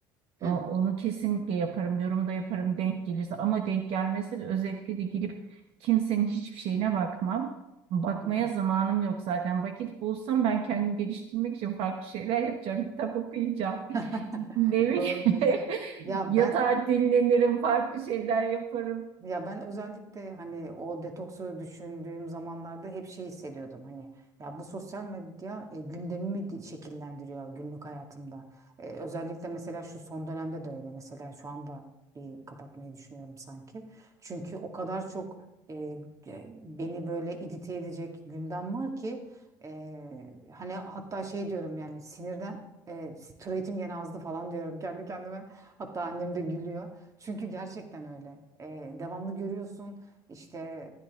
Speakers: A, on the right; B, on the right.
A: Hı
B: O- Onu
A: hı,
B: kesinlikle yaparım, yorumda yaparım denk gelirse ama denk gelmese de özellikle de girip kimsenin hiçbir şeyine bakmam. Bakmaya
A: evet.
B: zamanım yok zaten. Vakit bulsam ben kendimi geliştirmek için farklı şeyler yapacağım. Kitap okuyacağım. <laughs>
A: <laughs>
B: Ne bileyim.
A: Doğru diyorsun.
B: <laughs>
A: Ya
B: Yatağa
A: ben
B: dinlenirim, farklı şeyler yaparım.
A: Ya ben özellikle hani o detoksu düşündüğüm zamanlarda hep şey hissediyordum hani ya bu sosyal medya e, gündemimi di- şekillendiriyor günlük hayatımda. E, özellikle mesela şu son dönemde de öyle mesela şu anda bir kapatmayı düşünüyorum sanki. Çünkü o kadar çok e, e, beni böyle irite edecek gündem var ki e, hani hatta şey diyorum yani sinirden e, türetim gene azdı falan diyorum kendi kendime. Hatta annem de gülüyor. Çünkü gerçekten öyle. Ee, devamlı görüyorsun işte